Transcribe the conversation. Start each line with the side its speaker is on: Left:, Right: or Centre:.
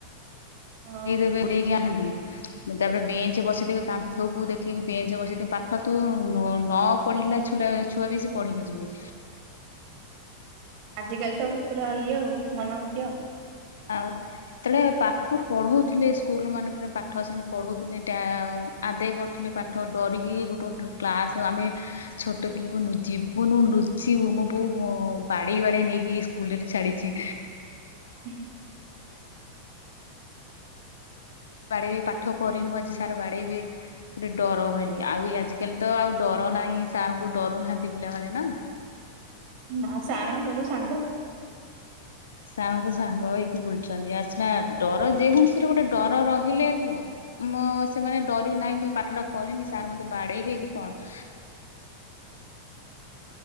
Right: ହଁ।
Left: <unintelligible> ତାପରେ ବେଞ୍ଚ ବସେଇଦିବି କାନ୍ଥକୁ ଦେଖିକି ବେଞ୍ଚରେ ବସେଇଦିବି ପାଠ ତୁ ନ ନ ପଢ଼ିଲା ଛୁଲା ଛୁଆ ବି ସେ ପଢ଼ିକି ଯିବେ।
Right: ଆଜିକାଲି ତ ପୁରା ଇଏ ଆଉ ମନ ମୁଖି ଆଉ।
Left: ଆଉ ସେତେବେଳେ ପାଠ ପଢଉଥିଲେ ସ୍କୁଲ ମାନଙ୍କରେ ପାଠ ସେମିତି ପଢଉଥିଲେ ଟା ଆଦେୟ କରୁଥିଲେ ପାଠ ଡରିକି ଗୋଟେ ଗୋଟେ କ୍ଲାସ ଆମେ ଛୋଟ ଥିଲୁ ଯିବୁନୁ ଲୁଚିବୁ ମୋ ବୋଉ ବାଡ଼େଇ ବାଡ଼େଇ ନେଇକି ସ୍କୁଲରେ ଛାଡ଼ିଛି।
Right: ହୁଁଁ
Left: ବାଡ଼େଇବେ ପାଠ କରିନୁ ଆଜି ସାର୍ ବାଡ଼େଇବେ। ଗୋଟେ ଡର ଭାରି ଆଉ ଆଜିକାଲି ତ ଆଉ ଡର ନାହିଁ ସାର୍ ଙ୍କୁ ଡରୁ ନାହାନ୍ତି ପିଲାମାନେ ନା
Right: ନା ସାରଙ୍କ ସହିତ ସାଙ୍ଗ
Left: ସାର୍ ଙ୍କୁ ସାଙ୍ଗ ହେଇକି ବୁଲୁଛନ୍ତି ଆ ସନା ଡର ଯେକୌଣସିରେ ଗୋଟେ ଡର ରହିଲେ ମୁଁ ସେମାନେ ଡରିବି ନାଇଁ ମୁଁ ପାଠ ଟା କରିନି ସାର୍ ମତେ ବାଡେଇବେ କି କଣ